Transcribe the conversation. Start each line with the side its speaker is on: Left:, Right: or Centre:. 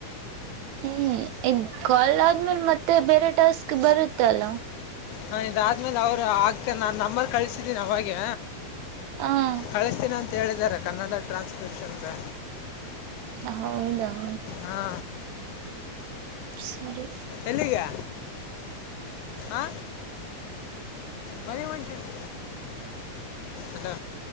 Right: ಹ್ಮ್ ಇ ಕಾಲ್ ಆದ್ಮೇಲೆ ಮತ್ತೆ ಬೇರೆ ಟಾಸ್ಕ್ ಬರುತ್ತೆ ಅಲ್ಲ
Left: ಹಾ ಇದಾದ್ಮೇಲೆ ಅವ್ರು ಆಕ ನಾನ್ ನಂಬರ್ ಕಳ್ಸಿದೀನ ಅವಾಗೆ
Right: ಹ್ಮ
Left: ಕಳಿಸ್ತೀನಿ ಅಂತ ಹೇಳಿದ್ದಾರೆ ಕನ್ನಡ ಟ್ರಾನ್ಸ್ಕ್ರಿಪ್ಷನ್ಗೆ
Right: ಹೌದೌದು
Left: ಹಾ
Right: ಸರಿ
Left: ಎಲ್ಲಿಗೆ ಆ ಮನೆ ಒಂಟಿನಿ ಅಲ್ಲ